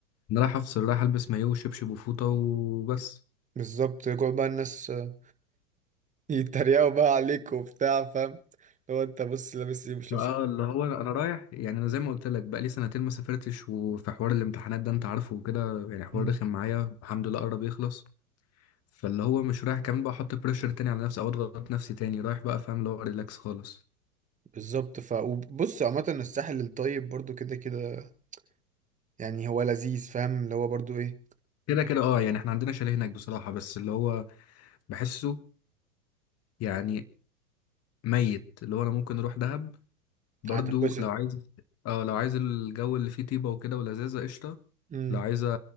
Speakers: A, on the left; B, on the right.
A: انا رايح افصل رايح البس مايو وشبشب وفوطه وبس
B: بالظبط يقعد بقى الناس آه، يتريقوا بقى عليك وبتاع فاهم لو انت بص لابس ايه مش لابس
A: اه
B: إيه.
A: اللي هو انا أنا رايح يعني انا زي ما قلت لك بقى لي سنتين ما سافرتش وفي حوار الامتحانات ده انت عارفه وكده يعني حوار
B: مم.
A: رخم معايا الحمد لله قرب يخلص فاللي هو مش رايح كمان بقى احط بريشر تاني على نفسي او اضغط نفسي تاني رايح بقى فاهم اللي هو ريلاكس خالص
B: بالظبط ف وبص عامة الساحل الطيب برضو كده كده يعني هو لذيذ فاهم اللي هو برضو ايه
A: كده كده اه يعني احنا عندنا شاليه هناك بصراحه بس اللي هو بحسه يعني ميت اللي هو انا ممكن اروح دهب برضو
B: هتنبسط
A: لو عايز اه لو عايز الجو اللي فيه طيبة وكده ولذاذة قشطة
B: امم
A: لو عايز